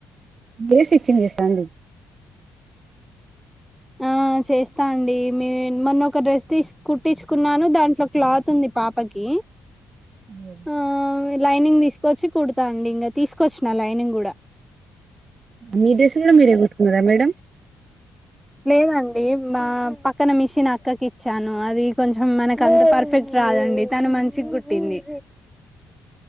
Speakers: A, on the right; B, in the centre.
A: మేరీ స్ట్రిక్ట్రింగ్ చేస్తారా అండి
B: ఆ చేస్తా అండి మ మొన్న ఒక డ్రెస్ తీసి కుట్టించుకున్నాను దాంట్లో క్లాత్ ఉంది పాపకి
A: అఓ
B: ఆ లైనింగ్ తీసుకొచ్చి కుడతా అండి ఇంకా తీసుకొచ్చిన లైనింగ్ కూడా
A: మీ డ్రెస్ కూడా మీరే కుట్టుకున్నారా మేడం
B: లేదండి మా పక్కన మిషన్ అక్కకి ఇచ్చాను అది కొంచెం మనకు అంత పర్ఫెక్ట్ రాదండి తను మంచిగా కుట్టింది